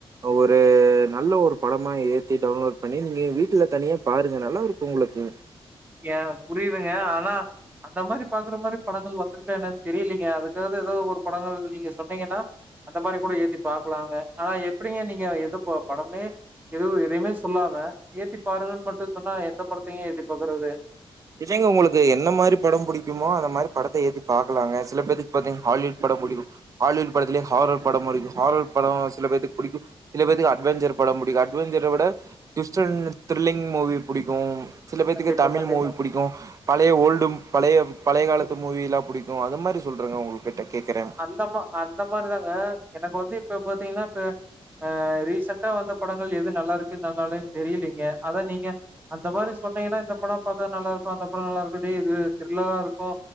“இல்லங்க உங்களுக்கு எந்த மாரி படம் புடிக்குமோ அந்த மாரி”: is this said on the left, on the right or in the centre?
Right